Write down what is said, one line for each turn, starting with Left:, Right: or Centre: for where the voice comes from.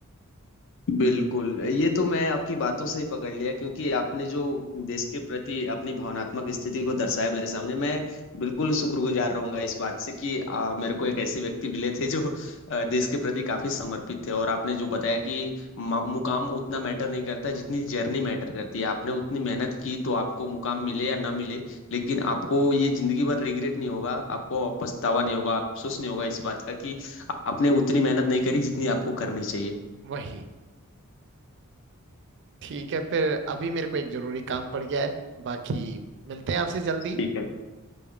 Left: बिल्कुल ये तो मैं आपकी बातों से ही पकड़ लिया क्योंकि आपने जो देश के प्रति अपनी भावनात्मक स्थिति को दर्शाया मेरे सामने मैं बिल्कुल शुक्रगुजार रहूंगा इस बात से कि आ, मेरे को एक ऐसे व्यक्ति मिले थे जो आ, देश के प्रति काफी समर्पित थे और आपने जो बताया कि म- मुकाम उतना मैटर नहीं करता जितनी जर्नी मैटर करती है आपने उतनी मेहनत की तो आपको मुकाम मिले या ना मिले लेकिन आपको ये जिंदगी भर रिग्रेट नहीं होगा आपको पछतावा नहीं होगा अफसोस नहीं होगा इस बात का कि आपने उतनी मेहनत नहीं करी जितनी आपको करनी चाहिए
Right: वही ठीक है फिर अभी मेरे को एक जरूरी काम पड़ गया है बाकी मिलते हैं आपसे जल्दी
Left: ठीक है